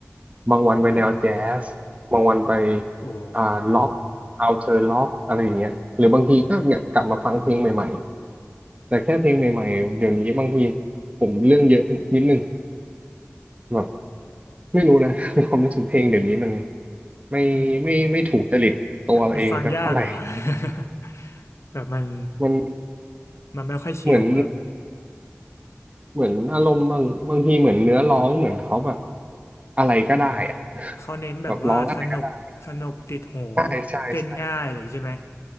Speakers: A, on the right; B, on the left.
A: บางวันไปแนวแจ๊สบางวันไป
B: อืมโอ้
A: อ่าล็อกเอาเธอล็อกอะไรอย่างเงี้ยหรือบางทีก็เนี่ยกลับมาฟังเพลงใหม่ๆแต่แค่เพลงใหม่ๆเดี๋ยวนี้บางทีผมเรื่องเยอะนิดนึงแบบไม่รู้นะ <laughs> ความรู้สึกเพลงเดี๋ยวนี้มันไม่ไม่ไม่ถูกจริตตัวเองสักเท่าไหร่
B: มันมันฟังยากเหรอ <laughs> แบบมัน
A: มัน
B: มันไม่ค่อยชิลแบบ
A: เหมือนเหมือนอารมณ์บางบางทีเหมือนเนื้อร้องเหมือนเขาแบบอะไรก็ได้อะ
B: เขาเน้นแบบว่าสนุกสนุกติดหู
A: แบบร้องอะไรก็ได้ใช่ใช่
B: เต้นง่ายอะไรอย่างงี้ใช่ไหม